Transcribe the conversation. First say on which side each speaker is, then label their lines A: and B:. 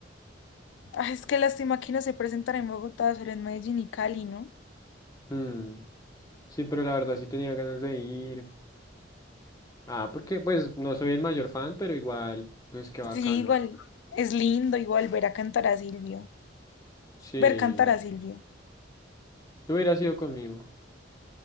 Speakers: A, on the left; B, on the left.
A: Ah, es que lástima que no se presentará en Bogotá, solo en Medellín y Cali, ¿no?
B: Mm, Sí, pero la verdad sí tenía ganas de ir. Ah, porque pues no soy el mayor fan, pero igual, pues qué bacano.
A: Sí, igual es lindo, igual ver a cantar a Silvio.
B: Sí,
A: Ver cantar a Silvio.
B: tú hubieras ido conmigo.